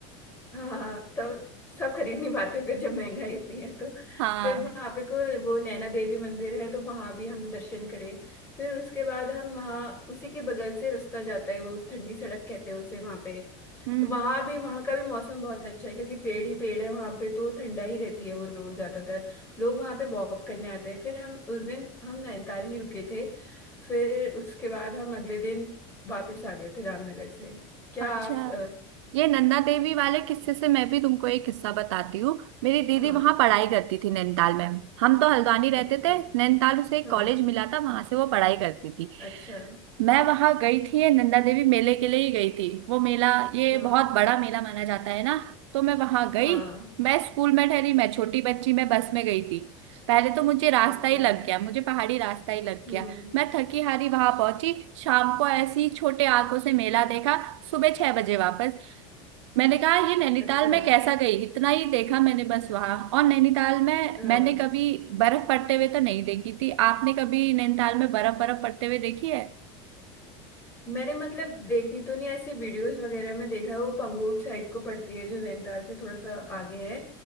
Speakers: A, on the left; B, on the right.
A: हाँ हाँ हाँ, तब सब खरीद नहीं पाते फिर जब महंगाई इतनी है तो
B: हाँ
A: फिर वहाँ पे को वो नैना देवी मंदिर है तो वहाँ भी हमने दर्शन करे फिर उसके बाद हम वहाँ उसी के बगल से रास्ता जाता है वो ठंडी सड़क कहते हैं उसे वहाँ पे
B: हम्म
A: तो वहां भी वहां का भी मौसम बहुत अच्छा है क्योंकि पेड़ ही पेड़ है वहां पे तो ठंडा ही रहती है वो रोड ज्यादातर लोग वहां पे वॉक करने आते हैं फिर हम उस दिन हम नैनीताल ही रुके थे फिर उसके बाद हम अगले दिन वापस आ गए थे रामनगर से क्या
B: अच्छा
A: आप
B: ये नन्दा देवी वाले किस्से से मैं भी तुमको एक किस्सा बताती हूँ मेरी दीदी
A: अ, हाँ
B: वहां पढ़ाई करती थी नैनीताल में हम तो हल्द्वानी रहते
A: अच्छा
B: थे नैनीताल उसे एक
A: हाँ
B: कॉलेज मिला था वहां से वो पढ़ाई करती थी
A: अच्छा
B: मैं वहां गई थी ये नंदा देवी मेले के लिए ही गई थी वो मेला ये
A: हाँ
B: बहुत बड़ा मेला माना जाता है ना तो मैं वहां गई
A: हाँ
B: मैं स्कूल में ठहरी मैं छोटी बच्ची मैं बस में गई थी पहले तो मुझे रास्ता
A: अच्छा
B: ही लग गया मुझे पहाड़ी रास्ता ही लग
A: हम्म
B: गया मैं थकी हारी वहां पहुंची शाम को ऐसी छोटे आंखों से मेला देखा सुबह छह बजे वापस मैंने कहा ये नैनीताल
A: अच्छा
B: में कैसा गई इतना ही देखा मैंने बस वहां और नैनीताल में
A: हाँ
B: मैंने कभी बर्फ पड़ते हुए तो नहीं देखी थी आपने कभी नैनीताल में बर्फ बर्फ पड़ते हुए देखी है
A: मैंने मतलब देखी तो नहीं ऐसे वीडियोस वगैरह में देखा है, वो पंगोट साइड को पड़ती है जो नैनीताल से थोड़ा सा आगे है